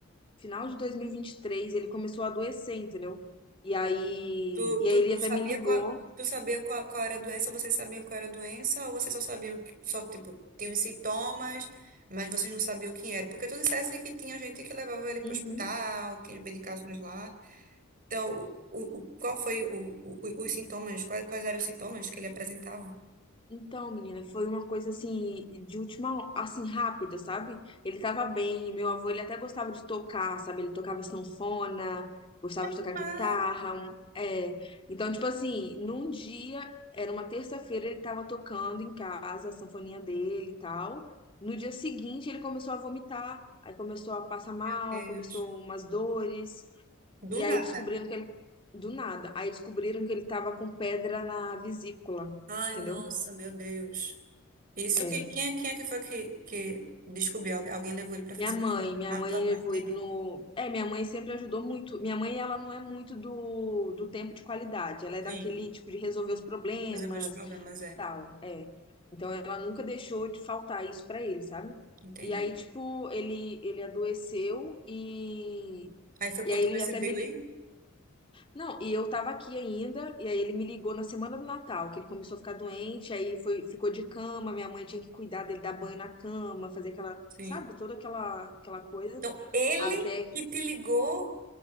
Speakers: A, on the left (about 25°); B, on the right (about 40°).
A: final de dois mil e e vinte e três ele começou a adoecer, entendeu? E aí,
B: Tu,
A: e
B: tu,
A: aí ele
B: tu
A: até
B: sabia
A: me ligou.
B: qual, tu sabia qual, qual era a doença, vocês sabiam qual era a doença ou vocês só sabiam que, só tipo tinham os sintomas, mas vocês não sabiam o que era? Porque tu dissesse que tinha gente que levava ele para
A: Uhum.
B: o hospital, tinha medicações lá. Então, o, o- qual foi o, o- os sintomas? Quais, quais eram os sintomas que ele apresentava?
A: Então, menina, foi uma coisa assim, de última, assim, rápida, sabe? Ele tava bem, meu avô, ele até gostava de tocar, sabe? Ele tocava sanfona, gostava
B: Ai,
A: de tocar
B: que massa!
A: guitarra, um- é. Então, tipo assim, num dia, era uma terça-feira, ele tava tocando em casa, a sanfoninha dele e tal. No dia seguinte, ele começou a vomitar, aí começou a passar mal,
B: Meu Deus.
A: começou umas dores.
B: Do
A: E aí
B: nada.
A: descobriram que ele. Do nada. Aí descobriram que ele tava com pedra na vesícula.
B: Ai,
A: Entendeu?
B: nossa, meu Deus. Isso,
A: É.
B: quem, quem, é- quem é que foi que, que descobriu? Algu- Alguém levou ele para fazer
A: Minha mãe,
B: o exame?
A: minha
B: Ah,
A: mãe
B: tua
A: levou
B: mãe, entendi.
A: ele no. É, minha mãe sempre ajudou muito. Minha mãe, ela não é muito do, do tempo de qualidade. Ela é
B: Sim,
A: daquele tipo de resolver os problemas
B: resolveu os problemas,
A: e
B: é.
A: tal. É. Então ela nunca deixou de faltar isso pra ele, sabe?
B: Entendi.
A: E aí, tipo, ele, ele adoeceu e.
B: Aí foi
A: E
B: quando
A: aí
B: tu
A: ele
B: percebeu
A: até me, li-
B: aí?
A: Não, e eu tava aqui ainda, e aí ele me ligou na semana do Natal, que ele começou a ficar doente, aí foi, ficou de cama, minha mãe tinha que cuidar dele, dar banho na cama, fazer aquela,
B: Sim.
A: sabe, toda aquela, aquela coisa,
B: Então, ele
A: até
B: que te ligou